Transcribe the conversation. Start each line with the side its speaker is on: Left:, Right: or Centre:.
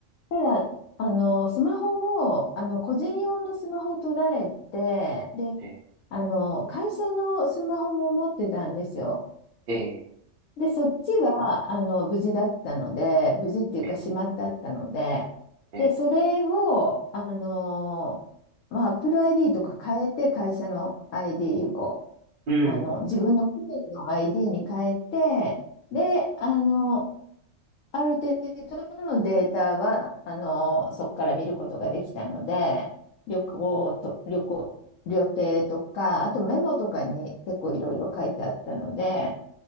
Left: ただ、あの、スマホを、あの、個人用のスマホを取られて、で、
Right: え
Left: あの、会社のスマホも持ってたんですよ。
Right: ええ
Left: で、そっちは、あの、無事だったので、無事っていうか、
Right: ええ
Left: しまってあったので、
Right: えええ
Left: で、それを、あの、まあ、Apple ID とか変えて、会社の ID を。
Right: うん。
Left: あの、自分の個人の ID に変えて、で、あの、ある程度のデータは、あの、そこから見ることができたので、旅行と、旅行、旅程とか、あとメモとかに結構いろいろ書いてあったので、